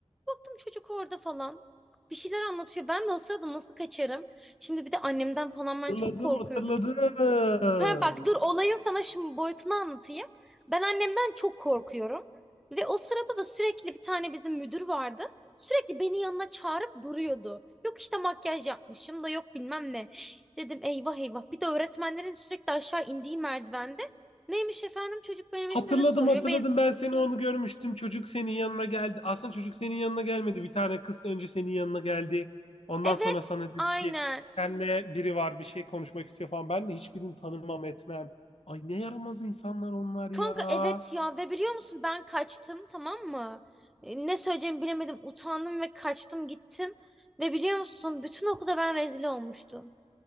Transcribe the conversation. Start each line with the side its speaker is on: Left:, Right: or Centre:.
Centre: Baktım çocuk orada falan. Bir şeyler anlatıyor. Ben de o sırada nasıl kaçarım? Şimdi bir de annemden falan ben
Left: hatırladım,
Centre: çok korkuyordum.
Left: hatırladım.
Centre: Ha bak dur olayın sana şimdi boyutunu anlatayım. Ben annemden çok korkuyorum. Ve o sırada da sürekli bir tane bizim müdür vardı. Sürekli beni yanına çağırıp duruyordu. Yok işte makyaj yapmışım da yok bilmem ne. Dedim eyvah eyvah. Bir de öğretmenlerin sürekli aşağı indiği merdivende. Neymiş efendim çocuk benim
Left: Hatırladım,
Centre: ismimi soruyor.
Left: hatırladım.
Centre: Ben
Left: Ben seni onu görmüştüm. Çocuk senin yanına geldi. Aslında çocuk senin yanına gelmedi. Bir tane kız önce senin yanına geldi. Ondan
Centre: evet
Left: sonra sana dedi
Centre: aynen.
Left: ki senle biri var bir şey konuşmak istiyor falan. Ben de hiçbirini tanımam etmem. Ay ne yaramaz insanlar onlar
Centre: Kanka
Left: ya.
Centre: evet ya ve biliyor musun ben kaçtım tamam mı? E, Ne söyleyeceğimi bilemedim utandım ve kaçtım gittim. Ve biliyor musun bütün okulda ben rezil olmuştum.